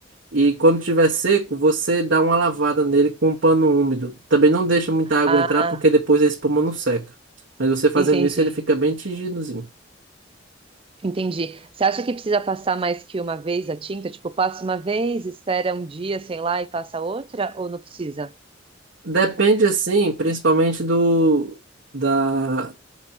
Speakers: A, on the right; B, on the right.
A: e quando tiver seco, você dá uma lavada nele com um pano úmido. Também não deixa muita água
B: ah,
A: entrar porque depois a espuma não seca. Mas você fazendo
B: entendi.
A: isso, ele fica bem tingidozinho.
B: Entendi. Você acha que precisa passar mais que uma vez a tinta? Tipo, passa uma vez, espera um dia, sei lá, e passa outra? Ou não precisa?
A: Depende assim, principalmente do da